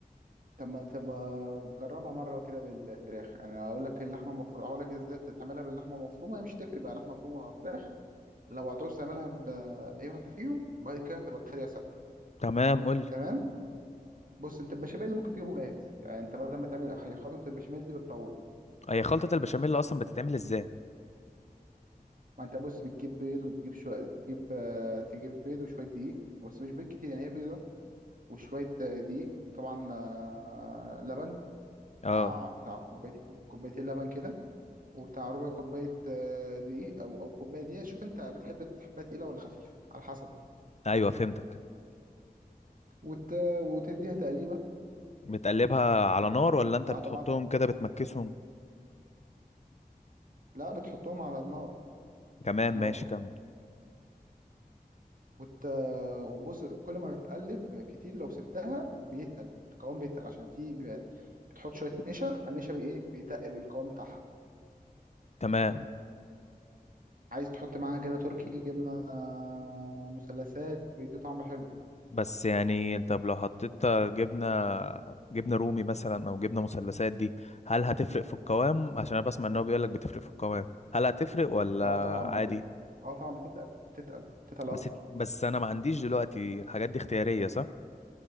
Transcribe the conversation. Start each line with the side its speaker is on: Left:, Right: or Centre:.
Right: طب ما طب ما جربها مره كده بالفراخ انا اقول لك اللحمه المفرومه اقول لك ازاي تعملها باللحمه المفرومه هي مش تفرق بقى لحمه مفرومه ولا فراخ لو هتعوز تعملها باي واحده فيهم بعد كده هتبقى الطريقه ثابته
Left: تمام قول لي
Right: تمام بص انت البشاميل اللي ممكن تجيبه جاهز يعني انت بدل ما تعمل خطوه البشاميل دي بتطول
Left: هي خلطة البشاميل اصلا بتتعمل ازاي
Right: ما انت بص بتجيب بيض وتجيب شويه تجيب آه، تجيب بيض وشويه دقيق بس مش بيض كتير يعني هي بيضه وشوية آه، دقيق طبعا آه، لبن
Left: اه
Right: بتاع بتاع كوبايتين كوبايتين لبن كده وبتاع ربع كوباية آه، دقيق أو أو كوباية دقيقة شوف أنت بتحب تحبها تقيلة ولا خفيفة على حسب
Left: ايوه فهمتك
Right: وت... وتديها تقليبة
Left: بتقلبها على نار ولا انت
Right: بتاع
Left: بتحطهم
Right: طبعا
Left: كده بتمكسهم
Right: لا بتحطهم على النار
Left: تمام
Right: على النار
Left: ماشي كمل
Right: وت... وبص كل ما بتقلب كتير لو سبتها بيتقل القوام بيتقل عشان في بيبقى- بتحط شوية نشا فالنشا بإيه بيتقل القوام بتاعها
Left: تمام
Right: عايز تحط معاها جبنة تركي جبنة آه، مثلثات بيدي طعم حلو
Left: بس يعني طب لو حطيت جبنة جبنة رومي مثلا او جبنة مثلثات دي هل هتفرق في القوام عشان انا بسمع ان هو بيقول لك بتفرق في القوام هل هتفرق ولا
Right: اه طبعا
Left: عادي
Right: بت... اه طبعا بتتقل بتتقل بتتقل اكتر
Left: بس بس انا ما عنديش دلوقتي الحاجات دي اختيارية صح